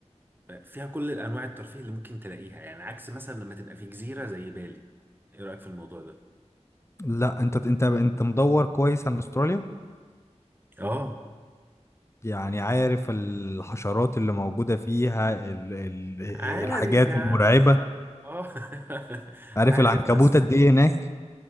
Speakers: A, on the right; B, on the left.
A: آه، فيها كل انواع الترفيه اللي ممكن تلاقيها يعني عكس مثلا لما تبقى في جزيره زي بالي ايه رايك في الموضوع ده
B: لا انت انت انت مدور كويس عن استراليا
A: اه
B: يعني عارف الحشرات اللي موجودة فيها ال ال
A: عارف
B: الحاجات
A: يا عم
B: المرعبة
A: اه <laughs>
B: عارف
A: عارف
B: العنكبوت
A: بس
B: قد ايه هناك